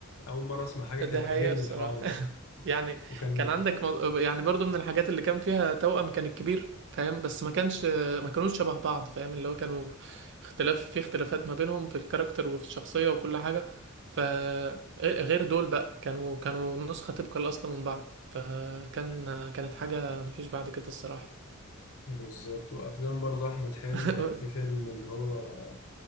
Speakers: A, on the left; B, on the right.
A: اول مره اسمع حاجه
B: ده
A: كان
B: حقيقة
A: عاجبني
B: الصراحة
A: الحوار
B: <laughs>
A: ده
B: يعني
A: وكان
B: كان عندك مو... يعني برضو من الحاجات اللي كان فيها توأم كان الكبير فاهم بس ما كانش ما كانوش شبه بعض فاهم اللي هو كانوا اختلاف في اختلافات ما بينهم في الكاركتر وفي الشخصية وكل حاجة فغير دول بقى كانوا كانوا نسخة تبقى الأصل من بعض فكان كانت حاجة مفيش بعد كده الصراحة
A: بالظبط وافلام برضه احمد حلمي
B: <laughs>
A: كان في فيلم اللي هو